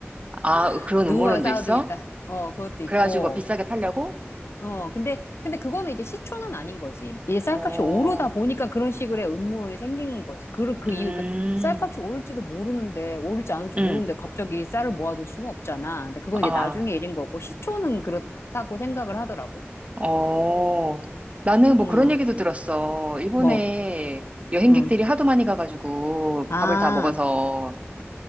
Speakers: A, on the right; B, on the left.
A: 아,
B: <laughs>
A: 그런
B: 누군가가
A: 음모론도
B: 쌓아두고
A: 있어?
B: 있다. 어, 그것도 있고.
A: 그래가지고 뭐 비싸게 팔려고?
B: 어, 근데, 근데 그거는 이제 시초는 아닌 거지. 이제 쌀값이
A: 어,
B: 오르다 보니까 그런 식의 음모론이 생기는 거지. 그, 그
A: 음,
B: 이유, 그러니까 쌀값이 오를지도 모르는데, 오를지 오를지
A: 음,
B: 모르는데, 갑자기 쌀을 모아둘 수는 없잖아. 근데 그건
A: 아,
B: 이제 나중에 일인 거고, 시초는 그렇다고 생각을 하더라고.
A: 어. 나는 뭐
B: 응,
A: 그런 얘기도 들었어. 일본에
B: 뭐,
A: 여행객들이
B: 응.
A: 하도 많이 가가지고
B: 아,
A: 밥을 다 먹어서